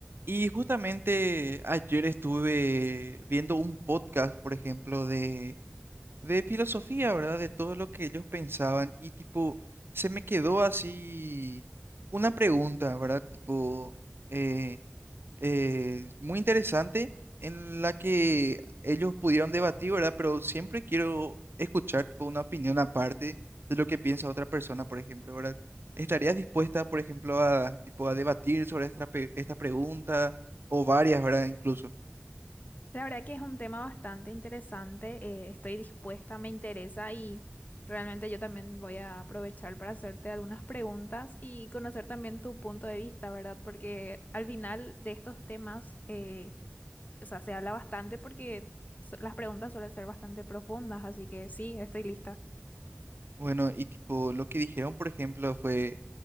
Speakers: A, on the right; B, on the left.
A: Y justamente ayer estuve viendo un podcast, por ejemplo, de, de filosofía, ¿verdad? De todo lo que ellos pensaban y tipo, se me quedó así una pregunta, ¿verdad? Tipo, eh, eh, muy interesante en la que ellos pudieron debatir, ¿verdad? Pero siempre quiero escuchar tipo, una opinión aparte de lo que piensa otra persona, por ejemplo, ¿verdad? ¿Estarías dispuesta, por ejemplo, a, tipo, a debatir sobre esta, pe- esta pregunta o varias, ¿verdad? Incluso.
B: La verdad que es un tema bastante interesante, eh, estoy dispuesta, me interesa y realmente yo también voy a aprovechar para hacerte algunas preguntas y conocer también tu punto de vista, ¿verdad? Porque al final de estos temas, eh, o sea, se habla bastante porque so- las preguntas suelen ser bastante profundas, así que sí, estoy lista.
A: Bueno, y tipo, lo que dijeron, por ejemplo, fue,